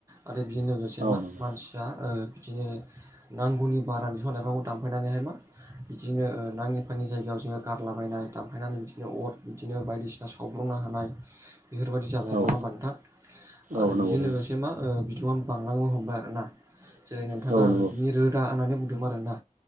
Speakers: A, on the right; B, on the right.
A: आरो बिजों लोगोसे
B: औ
A: मा
B: नंगौ
A: मानसिया ओ बिदिनो नांगौनि बारा बिफां-लाइफांखौ दानफायनानैहाय मा बिदिनो ओ नाङि-फाङि जायगायाव जोङो गारलाबायनाय दानफायनानै बिदिनो अर बिदिनो बायदिसिना साब्र नो हानाय बेफोरबायदि जाबाय
B: औ
A: आरो नङा हमबा नोंथां आरो
B: औ नंगौ
A: बिजों
B: नंगौ
A: लोगोसे मा ओ बि दुङा बांलांनो हमबाय आरो ना जेरै- नोंथाङा
B: औ नंगौ
A: बिनि रोदा होननानै बुंदोंमोन आरोना।